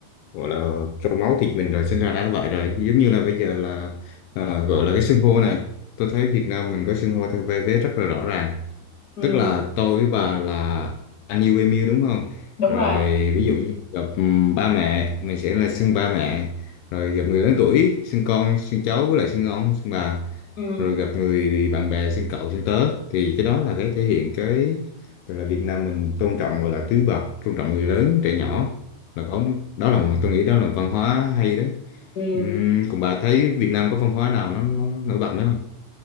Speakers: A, on the left; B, on the left.
A: gọi là trong máu thịt mình rồi sinh ra đã là vậy rồi. Giống như là bây giờ là ờ, gọi là cái xưng hô này. Tôi thấy Việt Nam mình có xưng hô theo vai vế rất là rõ ràng
B: ừ
A: tức là tôi với bà là anh yêu em yêu đúng không
B: đúng
A: rồi
B: rồi
A: ví dụ như gặp ừm, ba mẹ mình sẽ là xưng ba mẹ rồi gặp người lớn tuổi xưng con xưng cháu với lại xưng ông xưng bà
B: ừ
A: rồi gặp người bạn bè xưng cậu xưng tớ thì cái đó là cái thể hiện cái tức là Việt Nam mình tôn trọng gọi là tứ bậc tôn trọng người lớn trẻ nhỏ
B: ừ
A: là có đó là một tôi nghĩ đó là văn hóa hay đấy
B: ừ
A: Ừm, còn bà thấy Việt Nam có văn hóa nào nó, nó nổi bật nữa không